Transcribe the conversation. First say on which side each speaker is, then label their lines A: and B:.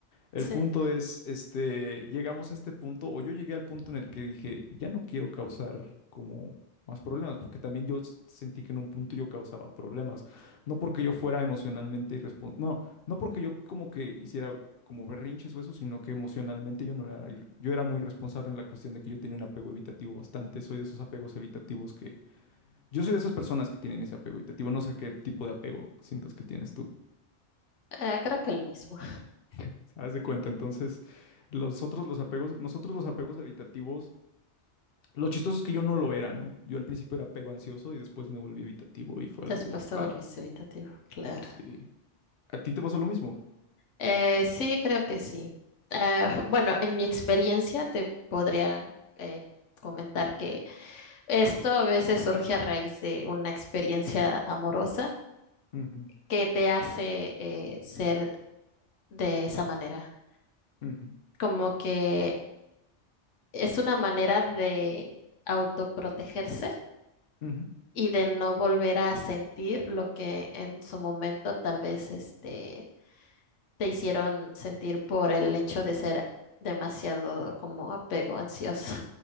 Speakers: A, on the left; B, on the left.
A: El
B: Sí,
A: punto es, este, llegamos a este punto, o yo llegué al punto en el que dije, ya no quiero causar como más problemas, porque también yo s- sentí que en un punto yo causaba problemas, no porque yo fuera emocionalmente irresponsable, no, no porque yo como que hiciera como berrinches o eso, sino que emocionalmente yo no era, ir- yo era muy responsable en la cuestión de que yo tenía un apego evitativo bastante, soy de esos apegos evitativos que, yo soy de esas personas que tienen ese apego evitativo, no sé qué tipo de apego sientas que tienes tú.
B: Eh, creo que el mismo.
A: <laughs> Haz de cuenta, entonces los otros, los apegos, nosotros los apegos evitativos, lo chistoso es que yo no lo era, ¿no? Yo al principio era apego ansioso y después me volví evitativo y
B: <laughs>
A: fue
B: Después
A: algo
B: te
A: raro.
B: volviste evitativo, claro.
A: Sí. ¿A ti te pasó lo mismo?
B: Eh, sí, creo que sí. Eh, <laughs> bueno, en mi experiencia te podría eh, comentar que esto a veces surge a raíz de una experiencia amorosa
A: Ujú,
B: que te hace eh, ser de esa manera.
A: ujú,
B: Como que es una manera de autoprotegerse
A: ujú.
B: y de no volver a sentir lo que en su momento tal vez este, te hicieron sentir por el hecho de ser demasiado como apego ansioso.